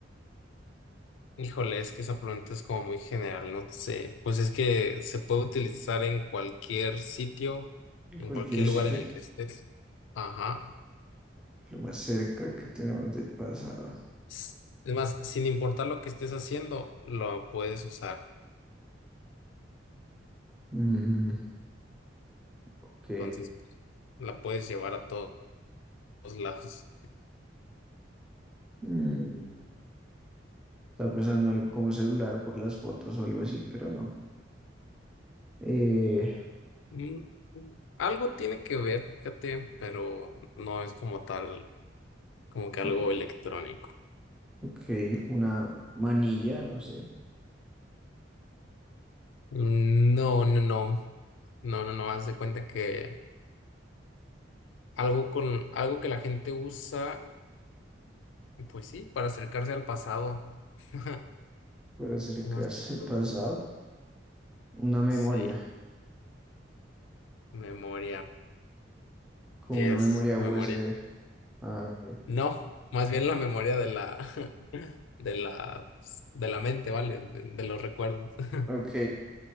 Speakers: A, on the left; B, in the centre.
A: Híjole, es que esa pregunta es como muy general, no sé. Pues es que se puede utilizar en cualquier sitio,
B: en cualquier
A: en cualquier
B: sitio.
A: lugar en el que estés. Ajá.
B: Lo más cerca que tenemos del pasado.
A: S- Además, sin importar lo que estés haciendo, lo puedes usar.
B: Mm, ok.
A: Entonces, la puedes llevar a to- todos lados.
B: Mm, estaba pensando en algo como celular por las fotos o algo así, pero no. Eh,
A: Mm, Algo tiene que ver, fíjate, pero no es como tal, como que algo
B: ok,
A: electrónico.
B: ok, una manilla, no sé,
A: Mm, No, no, no, no, no, no, haz de cuenta que algo con, algo que la gente usa, pues sí, para acercarse al pasado. <laughs>
B: para acercarse
A: ¿Qué más te
B: al
A: puedo?
B: pasado. Una memoria,
A: Sí, memoria.
B: con
A: Sí
B: una
A: es
B: memoria
A: memoria.
B: USB. Ah, ok,
A: No, más bien la memoria de la, <laughs> de la, pues, de la mente, ¿vale? de de los recuerdos. <laughs>
B: ok,